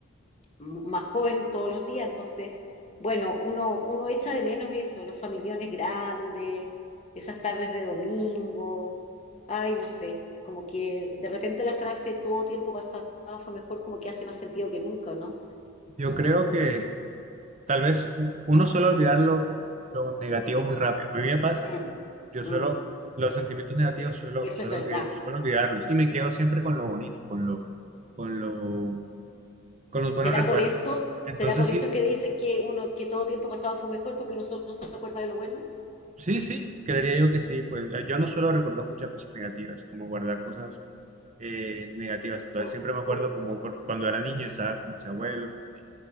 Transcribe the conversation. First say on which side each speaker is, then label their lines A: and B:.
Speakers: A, on the left; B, on the right.
A: m- más joven todos los días, entonces, bueno, uno, uno echa de menos eso, los familiones grandes, esas tardes de domingo, ay, no sé, como que de repente la frase todo tiempo pasado fue mejor, como que hace más sentido que nunca, ¿no?
B: yo creo que Tal vez u- uno suele olvidar lo, lo negativo muy rápido. A mí me pasa.
A: Mm.
B: Yo suelo,
A: Mm,
B: los sentimientos negativos
A: e-
B: suelo,
A: eso
B: suelo,
A: es verdad.
B: olvi- suelo olvidarlos y me quedo siempre con lo bonito, con lo, con lo, con los
A: ¿Será
B: buenos recuerdos.
A: por eso?
B: Entonces
A: ¿Será por
B: sí,
A: eso que dicen que uno que todo tiempo pasado fue mejor porque uno solo se acuerda de lo bueno?
B: sí, sí, creería yo que sí. Pues yo no suelo recordar muchas cosas negativas, como guardar cosas eh, negativas. Entonces
A: Como,
B: siempre me acuerdo
A: como-
B: como por- cuando era niño, estaba con mis abuelos, con, mi-